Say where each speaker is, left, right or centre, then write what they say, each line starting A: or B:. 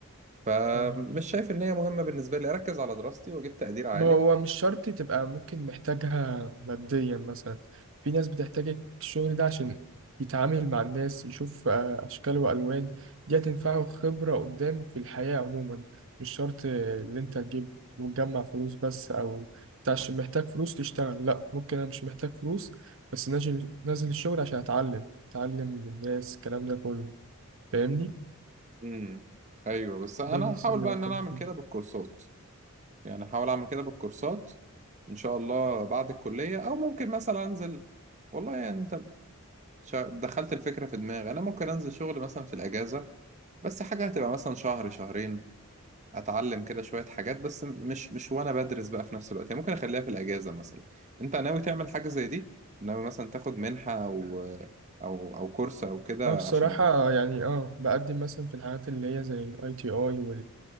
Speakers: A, on the right (about 35°); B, on the right (about 60°).
A: فمش
B: مم.
A: شايف ان هي مهمة بالنسبة لي اركز على دراستي واجيب تقدير عالي
B: ما هو مش شرط تبقى ممكن محتاجها ماديا مثلا في ناس بتحتاج الشغل ده عشان يتعامل مع الناس يشوف آه، أشكال وألوان دي هتنفعه خبرة قدام في الحياة عموما مش شرط آه، إن أنت تجيب وتجمع فلوس بس أو أنت عشان محتاج فلوس تشتغل لأ ممكن أنا مش محتاج فلوس بس نازل نازل الشغل عشان أتعلم أتعلم من الناس الكلام ده كله فاهمني؟
A: امم ايوه بس انا
B: ده بس
A: هحاول
B: اللي
A: بقى ان
B: بتكلم
A: انا اعمل
B: فيه
A: كده بالكورسات يعني هحاول اعمل كده بالكورسات ان شاء الله بعد الكلية او ممكن مثلا انزل والله يعني انت شا- دخلت الفكرة في دماغي أنا ممكن أنزل شغل مثلا في الأجازة بس حاجة هتبقى مثلا شهر شهرين أتعلم كده شوية حاجات بس مش مش وأنا بدرس بقى في نفس الوقت يعني ممكن أخليها في الأجازة مثلا أنت ناوي تعمل حاجة زي دي؟ ناوي مثلا تاخد منحة أو أو أو كورس أو كده
B: اه بصراحة
A: عشان
B: يعني اه بقدم مثلا في الحاجات اللي هي زي الاي تي اي